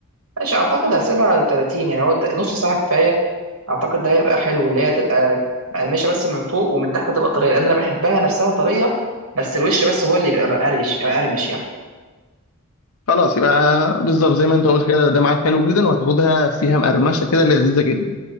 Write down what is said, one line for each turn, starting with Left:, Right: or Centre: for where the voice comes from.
Right: ماشي اعتقد هسيبها على 30 يعني هو نص ساعه كفايه اعتقد ده هيبقى حلو اللي هي تبقى مقرمشه بس من فوق ومن تحت تبقى طريه لان انا بحبها نفسها طريه بس الوش بس هو اللي بيبقى مقرش مقرمش يعني
Left: خلاص يبقى بالظبط زي ما انت قلت كده ده معاك حلو جدا وهتاخدها فيها مقرمشه كده لذيذه جدا